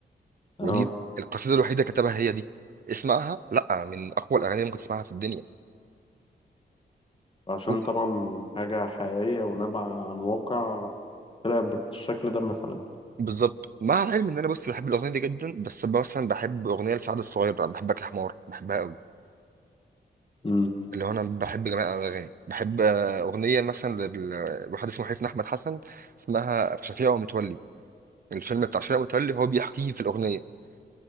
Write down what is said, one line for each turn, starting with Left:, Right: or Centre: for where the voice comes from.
Right: ودي
Left: اه
Right: القصيده الوحيده كتبها هي دي اسمعها لا من اقوى الاغاني اللي ممكن تسمعها في الدنيا
Left: عشان
Right: شوف
Left: طبعا حاجه حقيقيه ونابعه عن واقع طلع بالشكل ده مثلا
Right: بالظبط مع العلم ان انا بص بحب الاغنيه دي جدا بس مثلا بحب اغنيه لسعد الصغير بقى بحبك يا حمار بحبها قوي
Left: مم.
Right: اللي هو انا بحب جميع الاغاني بحب آه، اغنيه مثلا لواحد اسمه حسين احمد حسن اسمها شفيع ومتولي الفيلم بتاع شفيع ومتولي هو بيحكيه في الاغنيه